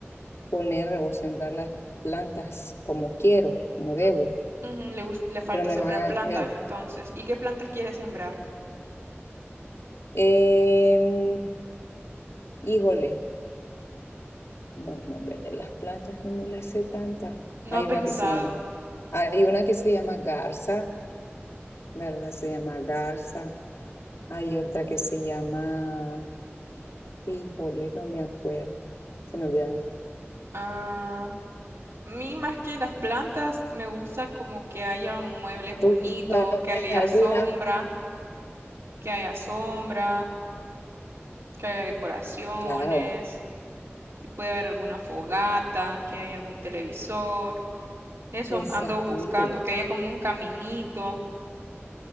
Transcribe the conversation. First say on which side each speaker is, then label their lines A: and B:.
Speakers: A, on the left (about 85°); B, on the right (about 85°).
A: poner o sembrar las plantas como quiero, como debo,
B: u- ujú, Le, gus- le falta
A: pero me
B: sembrar
A: van
B: plantas
A: a, me,
B: entonces. ¿Y qué plantas quiere sembrar?
A: Em, híjole, los nombres de las plantas no me las sé tantas.
B: No
A: Hay
B: ha pensado.
A: una que se llama, hay una que se llama garza, ¿verdad? Se llama garza. Hay otra que se llama, híjole, no me acuerdo. Se me olvidaron.
B: Ah, a mí más que las plantas, me gusta como que haya un muebles bonitos,
A: ¿Tú sabes
B: que haya
A: alguna?
B: sombra, que haya sombra, que haya decoraciones.
A: Claro,
B: si puede haber alguna fogata, que haya algún televisor. Eso
A: exactamente.
B: ando buscando, que haya como un caminito.